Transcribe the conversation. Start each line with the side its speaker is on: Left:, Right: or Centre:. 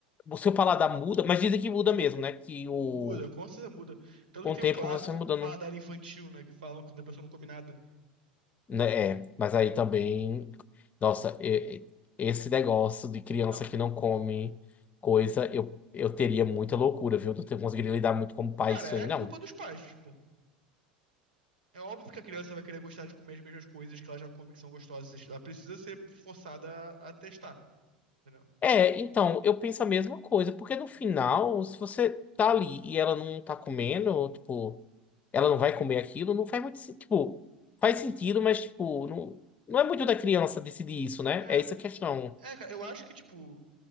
Left: O seu paladar muda, mas dizem que muda mesmo, né? Que o,
Right: Muda, com certeza muda. Tanto
Left: com
Right: que tem
Left: o tempo
Right: o clássico
Left: você vai mudando.
Right: paladar infantil, né? Que falam quando a pessoa não come nada.
Left: Né? É, mas aí também. Nossa, e- e- esse negócio de criança
Right: Não.
Left: que não come coisa, eu, eu teria muita loucura, viu? Não ter conseguido lidar muito como pai
Right: Cara,
Left: isso
Right: é
Left: aí,
Right: culpa
Left: não.
Right: dos pais, tipo. É óbvio que a criança vai querer gostar de comer as mesmas coisas que ela já come que são gostosas. Ela precisa ser forçada a a testar. entendeu?
Left: É, então, eu penso a mesma coisa, porque no final, se você tá ali e ela não tá comendo, tipo. ela não vai comer aquilo, não faz muito sentido. Tipo, faz sentido, mas, tipo, não, não é muito da criança decidir isso, né?
Right: É,
Left: É essa a questão.
Right: é, cara, eu acho que, tipo,